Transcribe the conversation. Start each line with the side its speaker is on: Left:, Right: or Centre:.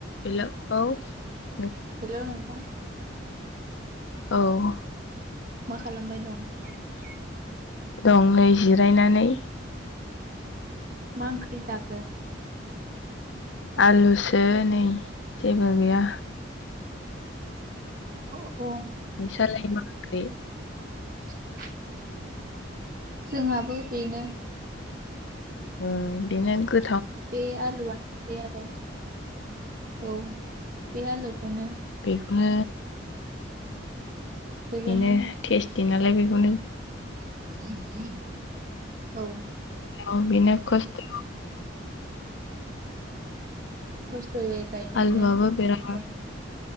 Left: हेल' औ ।
Right: हेल' नोंथां ।
Left: औ ।
Right: मा खालामबाय दं ।
Left: दं नै जिरायनानै ।
Right: मा ओंख्रि जाखो?
Left: आलुसो नै जेबो गैया ।
Right: अह अह।
Left: नोंसालाय मा ओंख्रि?
Right: <inaudible> जोंहाबो बेनो ।
Left: ओम बेनो गो
Right: बे आलुआनो सै आरो। औ बे आलु'खौनो
Left: बेनो
Right: बेखौनो
Left: बेनो टेस्टि नालाय बेखौनो
Right: हम हम। <unintelligible> औ।
Left: औ बिनो खस्थ
Right: खस्थ'यै गायनानै
Left: आलुआबो बिराद
Right: मोनो ।